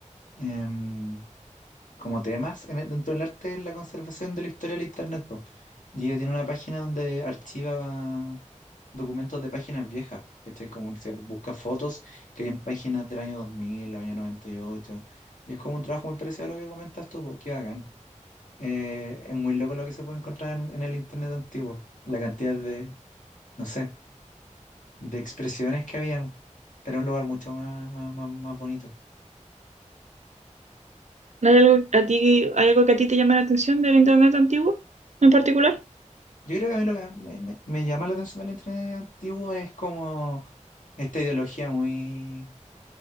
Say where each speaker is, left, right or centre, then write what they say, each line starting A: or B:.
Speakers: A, on the left; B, on the right.
A: em, como temas en el- dentro del arte es la conservación de la historia del internet, po. Y ella tiene una página donde archiva documentos de páginas viejas, po, ¿cachai? Como se busca fotos que hay en páginas del año 2000, año 98. Y ocho. Y es como un trabajo muy parecido a lo que comentas tú, po. Qué bacán. Eh, es muy loco lo que se puede encontrar en en el internet antiguo. La cantidad de, no sé de expresiones que había. Era un lugar mucho más, más, más, más bonito.
B: ¿Hay algo, a ti, hay algo que a ti te llama la atención del internet antiguo en particular?
A: Yo creo que a mí lo que me, me- me llama la atención del internet antiguo es como esta ideología muy